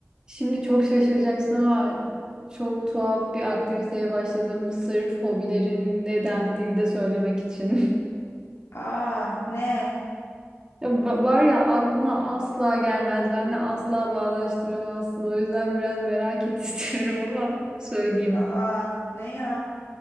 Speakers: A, on the right; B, on the left.
A: Şimdi çok şaşıracaksın ama çok tuhaf bir aktiviteye başladım sırf hobilerin ne dendiğini de söylemek için. <laughs>
B: Aa ne?
A: Ya ba- Var ya aklına asla gelmez. Benle asla bağdaştıramazsın. O yüzden biraz merak et <laughs> istiyorum ama söyleyeyim.
B: Aa ne ya?